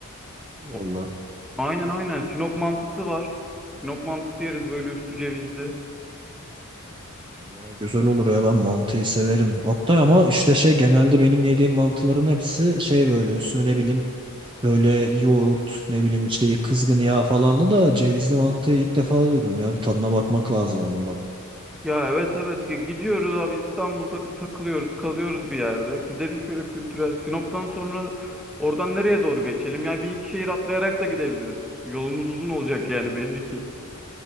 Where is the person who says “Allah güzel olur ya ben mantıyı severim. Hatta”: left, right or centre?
Right